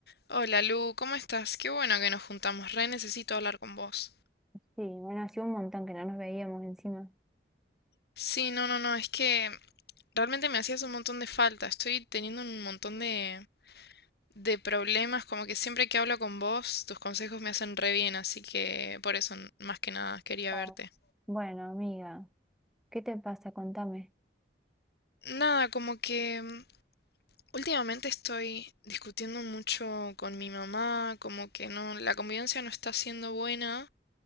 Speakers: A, on the left; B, in the centre.
A: Hola Lu, ¿cómo estás? Qué bueno que nos juntamos, re necesito hablar con vos.
B: Sí, bueno, hacía un montón que no nos veíamos encima.
A: Sí, no, no, no, es que realmente me hacías un montón de falta, estoy teniendo un montón de, de problemas, como que siempre que hablo con vos, tus consejos me hacen re bien, así que por eso n- más que nada quería
B: Oh.
A: verte.
B: Bueno, amiga, ¿qué te pasa? Contame.
A: Nada, como que mm, últimamente estoy discutiendo mucho con mi mamá, como que no, la convivencia no está siendo buena.